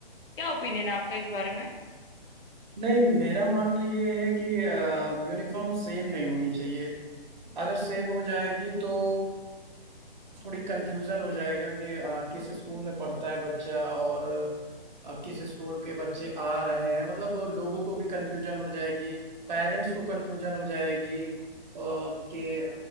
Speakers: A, on the left (about 65°); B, on the right (about 50°).
A: क्या ओपिनियन है आपका इस बारे
B: नहीं मेरा मानना ये है कि यूनिफॉर्म सेम नहीं होनी चाहिए अगर सेम हो जाएगी तो थोड़ी कंफ्यूजन हो जाएगा कि अ, किस स्कूल में पढ़ता है बच्चा और अब किस स्कूल के बच्चे आ रहे हैं मतलब वो लोगों को भी कंफ्यूजन हो जाएगी पेरेंट्स को कंफ्यूजन हो जाएगी अ, कि